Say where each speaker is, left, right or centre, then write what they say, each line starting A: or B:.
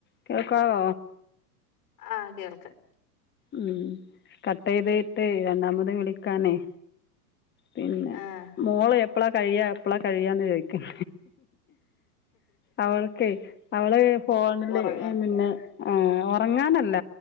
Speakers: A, on the left; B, on the left.
A: കേൾക്കാമോ
B: ആ കേൾക്കാം
A: ഉം കട്ട് ചെയ്തേട്ടേ രണ്ടാമത് വിളി. ക്കാനെ. പിന്നെ
B: ആഹ്
A: മോളെ എപ്പളാ കഴിയാ എപ്പളാ കഴിയാന്ന് ചോദിക്കും അവൾക്ക് അവള് ഫോണിലെ
B: ഉറങ്ങാൻ
A: പിന്നെ ഉറങ്ങാനല്ല